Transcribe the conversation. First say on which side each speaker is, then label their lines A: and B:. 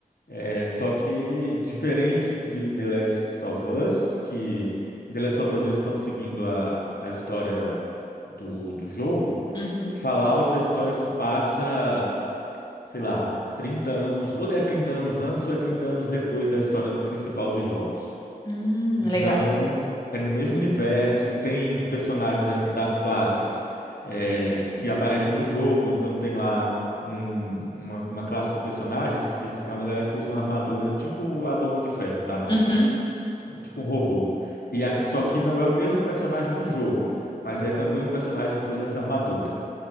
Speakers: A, on the left (about 85°); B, on the left (about 30°).
A: É, só que diferente de The Last of Us, que em The Last of Us eles estão seguindo a, a história do, do jogo,
B: Uhum.
A: Fallout a história se passa, sei lá, 30 anos, ou é 30 anos antes ou é 30 anos depois da história principal dos jogos.
B: Hum,
A: Então,
B: legal.
A: é no mesmo universo, tem personagens assim das classes é, que aparecem no jogo, então tem lá um- uma, uma classe de personagens que é uma galera que usa uma armadura tipo a do Homem de Ferro, da Marvel,
B: Uhum.
A: assim, um- tipo um robô. E a- só que não é o mesmo personagem do jogo, mas é também um personagem que usa essa armadura.